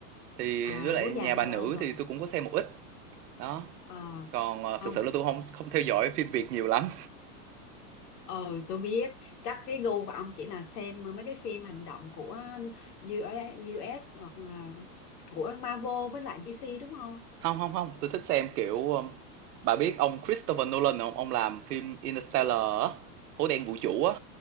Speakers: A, on the right (about 75°); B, on the left (about 75°).
A: thì
B: à
A: với lại
B: bố già
A: Nhà
B: thì
A: Bà
B: lâu
A: Nữ
B: rồi
A: thì tôi cũng có xem một ít, đó.
B: à,
A: Còn, ờ,
B: ông
A: thực sự là tôi không không theo dõi phim Việt nhiều lắm.
B: ờ tôi biết chắc cái gu của ông chỉ là xem mấy cái phim hành động của u US hoặc là của Marvel với lại DC đúng không
A: <laughs> không không không tôi thích xem, kiểu, ưm bà biết ông Christopher Nolan hông? Ông làm phim Interstellar á, Hố Đen Vũ Trụ á,